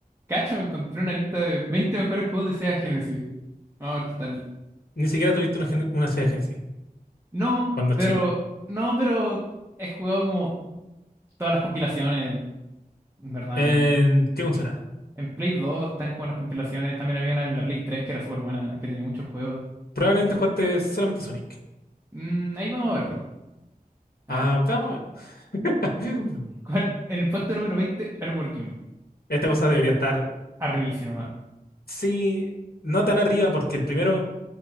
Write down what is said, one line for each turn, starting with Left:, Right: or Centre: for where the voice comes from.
Right: Cacha, me encontré una lista de 20 mejores juegos de Sega Genesis. Vamos a ver qué tal.
Left: Ni siquiera tuviste una, gen- una Sega Genesis
Right: No,
Left: cuando
Right: pero.
Left: chico.
Right: No, pero. He jugado como todas las compilaciones, en ¿verdad?
Left: ¿En qué consola?
Right: En Play 2 están como las compilaciones. También había una en la Play 3 que era súper buena, que tenía muchos juegos.
Left: Probablemente jugaste solamente Sonic.
Right: Mm, ahí vamos a verlo. A
Left: Ah,
Right: ver.
Left: vamos a ver. <clears throat>
Right: ¿Cuál? <laughs> En el puesto número 20, Earthworm Jim.
Left: <laughs> Esta cosa debería estar,
Right: Arribísima.
Left: sí, no tan arriba porque el primero,